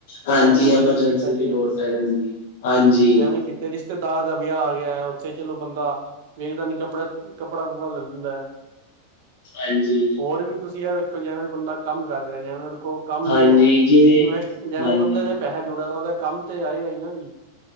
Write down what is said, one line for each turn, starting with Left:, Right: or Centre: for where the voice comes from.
Left: ਹਾਂਜੀ
Right: ਐਵੇਂ
Left: ਐਮਰਜੈਂਸੀ
Right: ਪੈ ਜੇ
Left: ਦੀ ਲੋੜ ਪੈ ਜਾਂਦੀ, ਹਾਂਜੀ।
Right: ਐਵੇਂ ਕਿਤੇ ਰਿਸ਼ ਰਿਸ਼ਤੇਦਾਰ ਦਾ ਵਿਆਹ ਆ ਗਿਆ, ਓਥੇ ਚਲੋ ਬੰਦਾ ਵੇਖਦਾ ਨੀ ਕੱਪੜੇ ਕੱਪੜਾ ਕੁਪੜਾ ਲੈ ਲੈਂਦਾ ਐ।
Left: ਹਾਂਜੀ,
Right: ਹੋਰ ਵੀ ਤੁਸੀ ਐ ਜੈਵੇ ਬੰਦਾ ਕੰਮ ਕਰ ਰਿਆ, ਜੈਵੇ ਓਹਦੇ ਕੋਲ ਕੰਮ ਨੀ
Left: ਹਾਂਜੀ
Right: ਹੈ,
Left: ਜਿਵੇਂ
Right: ਇਨਸ ਜੈਵੇ
Left: ਹਾਂਜੀ,
Right: ਬੰਦੇ ਨੇ ਪੈਸਾ ਜੋੜਿਆ ਦਾ ਓਹਦੇ ਕੰਮ ਤੇ ਆਏਗਾ ਹੀ ਨਾ ਜੀ।